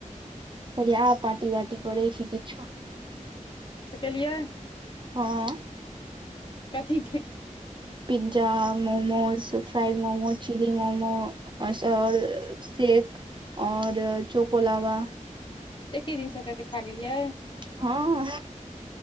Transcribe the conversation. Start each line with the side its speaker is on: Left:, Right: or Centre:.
Right: कहलियइ आ पार्टी वार्टी करै छी किछो
Left: सेऽ केलियै
Right: हँ
Left: कथीे के
Right: pizza momos fried momos chilli momos और शेक और चोको लावा
Left: एके दिन सभटा अते खा गेलियै
Right: हँ